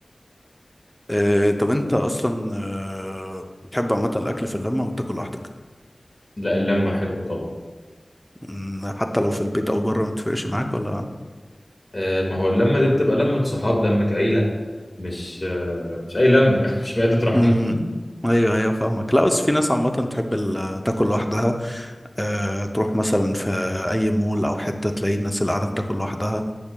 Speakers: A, in the centre; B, on the left.
A: آه، طب انت اصلا آه، بتحب عامه الاكل في اللمه وتاكل لوحدك
B: لا اللمه حلوه طبعا
A: مم، حتى لو في البيت او بره ما بتفرقش معاك ولا
B: آه، ما هو اللمه دي بتبقى لمه صحاب لمه عيله مش آه، مش اي لمه <laughs> مش مائده رحمه
A: امم ايوه ايوه فاهمك لا بس في ناس عامه تحب ال- تاكل لوحدها أه تروح مثلا في اي مول او حته تلاقي الناس اللي قاعده بتاكل لوحدها